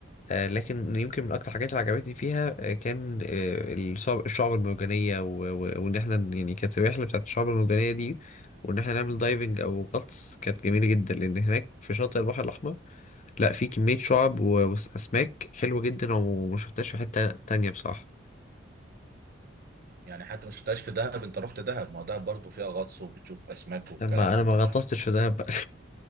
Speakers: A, on the left; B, on the right.
A: آه، لكن يمكن من اكتر الحاجات اللي عجبتني فيها آه، كان آه، الشعب الشعب المرجانية و... و... وان احنا يعني كانت الرحلة بتاعت الشعب المرجانية دي وان احنا نعمل دايفنج او غطس كانت جميلة جدا لان هناك في شاطئ البحر الاحمر لا في كمية شعب و- وأسماك حلوة جدا وما شفتهاش في حتة تانية بصراحة
B: يعني حتى ما شفتهاش في دهب انت رحت دهب ما هو دهب برضه فيها غطس وبتشوف اسماك والكلام
A: لما أنا
B: ده
A: ما غطستش في دهب بقى